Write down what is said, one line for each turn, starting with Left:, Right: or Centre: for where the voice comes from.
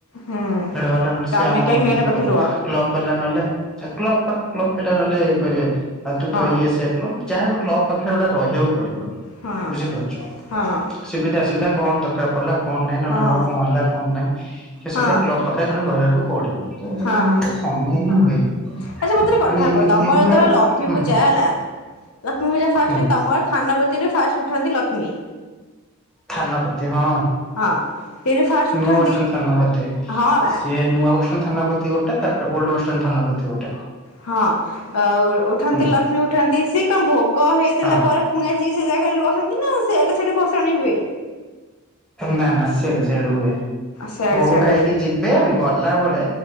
Left: ହୁଁ
Centre: <inaudible>
Left: ତମେ କାହିଁ ମେଢ ପାଖରେ ରୁହ
Centre: କ୍ଲବ ବାଲା ନହେଲେ ଆ କ୍ଲବ ପା କ୍ଲବ ପିଲା ନହେଲେ ଇଏ କରିବେ। ଆ ତୁ
Left: କଣ
Centre: ତ ଇଏ ସିଏ କ୍ଲବ ଯାହାବି କ୍ଲବ୍ ପାଖେରେ ଗୋଟେ ରହିଆକୁ ପଡିବ।
Left: ହଁ----ହଁ।
Centre: ବୁଝିପାରୁଛ ସୁବିଧା ଅସୁବିଧା କଣ ଦରକାର ପଡିଲା କଣ ନାଇଁ ନାନାଙ୍କର
Left: ହଁ
Centre: କଣ ହେଲା କଣ ନାଇଁ ଏସବୁ
Left: ହଁ
Centre: ପାଇଁ କ୍ଲବ୍ ପାଖ୍ ପାଖେରେ ଜଣେ ରହିବାକୁ ପଡିବ, ତ
Left: ହଁ
Centre: ସମୟ ହିଁ ହୁଏନି।
Left: ଆଚ୍ଛା ମତେ ଗୋଟେ କଥା
Centre: ମାନେ ଏମିତି
Left: କୁହ, ତମର
Centre: କି ହୁଏ
Left: ଯେତେଳେ ଲକ୍ଷ୍ମୀ
Centre: ହୁଁ
Left: ପୂଜା ହେଲା ଲକ୍ଷ୍ମୀ ପୂଜା ଫାଷ୍ଟେ
Centre: ହୁଁ
Left: ତମର ଥାନପତୀରେ ଫାଷ୍ଟ୍ ଉଠନ୍ତି ଲକ୍ଷ୍ମୀ।
Centre: ଥାନାପତି ହଁ।
Left: ହଁ। ସେଇଠୁ ଫାଷ୍ଟ ଉଠନ୍ତି
Centre: ନୂଆ ବସଷ୍ଟାଣ୍ଡ ଥାନାପତି।
Left: ହଁ ବା
Centre: ସିଏ ନୂଆ ବସଷ୍ଟାଣ୍ଡ୍ ଥାନାପତି ଗୋଟେ ତାପରେ ଓଲଡ୍ ବସଷ୍ଟାଣ୍ଡ୍ ଥାନାପତି ଗୋଟେ।
Left: ହଁ ଆ
Centre: ହୁଁ।
Left: ଉଠନ୍ତି ଲକ୍ଷ୍ମୀ ଉଠନ୍ତି ସିଏ କଣ ଭୋଗ ହେଇସାରିଲା
Centre: ହଁ
Left: ପରେ ପୁଣି ଆସିକି ସେ ଜାଗାରେ ରୁହନ୍ତି ନା ସେଆଡେ ସେଆଡେ ଭସାଣି ହୁଏ?
Centre: ନା ନା ସିଆଡେ ସିଆଡେ ହୁଏ।
Left: ସେଆଡେ
Centre: ଭୋଗ
Left: ସେଆଡେ
Centre: ଖାଇକି
Left: ହୁଏ
Centre: ଯିବେ ଗଲାବେଳେ